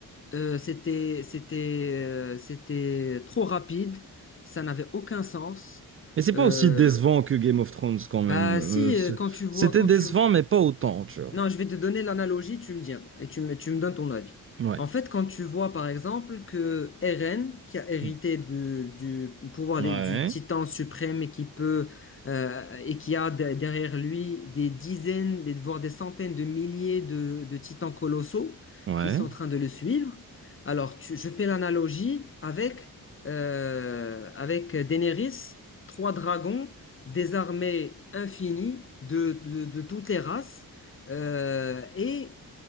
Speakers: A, on the left (about 35°); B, on the right (about 40°).
A: Euh, c'était c'était euh, c'était trop rapide, ça n'avait aucun sens.
B: mais c'est
A: Euh,
B: pas aussi décevant que Game of Thrones quand même.
A: bah
B: Euh,
A: si,
B: c'est-
A: euh, quand tu vois
B: c'était
A: quand
B: décevant,
A: tu vois
B: mais pas autant, tu vois.
A: Non, je vais te donner l'analogie, tu me diras, et tu me, tu me donnes ton avis.
B: Ouais.
A: En fait, quand tu vois, par exemple, que Eren, qui a hérité
B: Hmm.
A: de- du pouvoir
B: Ouais.
A: des- du titan suprême et qui peut, euh, et qui a de- derrière lui des dizaines, des- voire des centaines de milliers de, de titans colossaux
B: Ouais.
A: qui sont en train de le suivre, alors tu- je fais l'analogie avec, euh, avec Daenerys, trois dragons, des armées infinies de, de de toutes les races euh, et